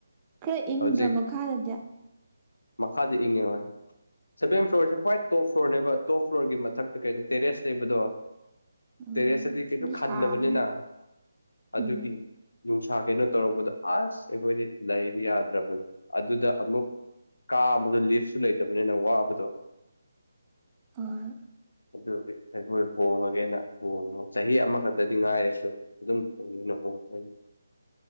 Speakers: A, on the right; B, on the left.
A: ꯈꯔ ꯏꯪꯗ꯭ꯔꯥ
B: ꯍꯧꯖꯤꯛ
A: ꯃꯈꯥꯗꯗꯤ
B: ꯃꯈꯥꯗ ꯏꯉꯦꯋꯥ ꯁꯚꯦꯟ ꯐ꯭ꯂꯣꯔꯁꯦ ꯍ꯭ꯋꯥꯏ ꯇꯣꯞ ꯐ꯭ꯂꯣꯔꯅꯦꯕ ꯇꯣꯞ ꯐ꯭ꯂꯣꯔꯒꯤ ꯃꯊꯛꯇ ꯀꯩꯅꯣ ꯇꯦꯔꯦꯁ ꯂꯩꯕꯗꯣ
A: ꯎꯝ
B: ꯇꯦꯔꯦꯁ ꯑꯗꯨꯗꯤ ꯀꯩꯁꯨ
A: ꯑꯗꯨ
B: ꯈꯟꯅꯕꯅꯤꯅ
A: ꯁꯥꯗꯣꯏꯅꯦ
B: ꯑꯗꯨꯒꯤ
A: ꯎꯝ
B: ꯅꯨꯡꯁꯥ ꯀꯩꯅꯣ ꯇꯧꯔꯛꯄꯗ ꯑꯁ ꯑꯩꯈꯣꯏꯗꯤ ꯂꯩꯕ ꯌꯥꯗ꯭ꯔꯕꯅꯤ ꯑꯗꯨꯗ ꯑꯃꯨꯛ ꯀꯥ ꯑꯃꯗ ꯂꯤꯐꯁꯨ ꯂꯩꯇꯕꯅꯤꯅ ꯋꯥꯕꯗꯣ
A: ꯑ
B: ꯑꯗꯨ ꯑꯩꯈꯣꯏ ꯍꯣꯡꯉꯒꯦꯅ ꯍꯣꯡꯉꯨ ꯆꯍꯤ ꯑꯃꯈꯛꯇꯗꯤ ꯉꯥꯏꯔꯁꯨ ꯑꯗꯨꯝ ꯍꯣꯡꯉꯦꯅ ꯍꯣꯡꯉ ꯍ